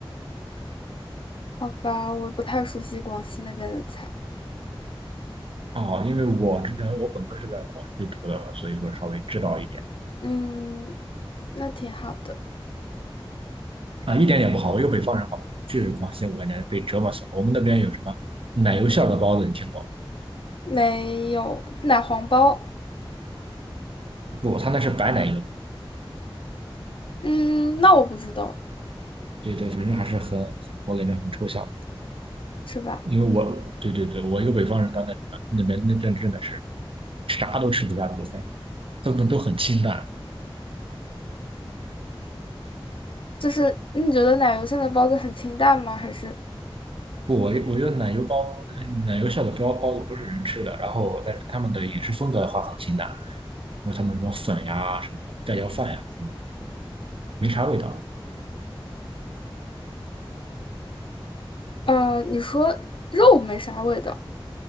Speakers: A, on the left; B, on the right.
A: 好吧，我不太熟悉广西那边的菜。
B: 啊、哦因为我之前我本科是在广西读的，所以说稍微知道一点
A: 嗯，那挺好的。
B: 啊，一点也不好。我一个北方人好吧，去广西我感觉被折磨死了。我们那边有什么奶油馅儿的包子，你听过吗
A: 没有奶黄包。
B: 不，他那是白奶油。
A: 嗯，那我不知道，
B: 对对，反正还是很，我感觉很抽象。
A: 是吧？
B: 因为我对对对，我一个北方人到那那边那真真的是。啥都吃不下去，三他们都很清淡。
A: 就是你觉得奶油馅的包子很清淡吗？还是
B: 不，我我觉得奶油包，嗯奶油馅的包包子不是人吃的，然后但是他们的饮食风格的话很清淡，因为他们什么粉呀、什么盖浇饭呀什么的，没啥味道。
A: 呃，你说肉没啥味道，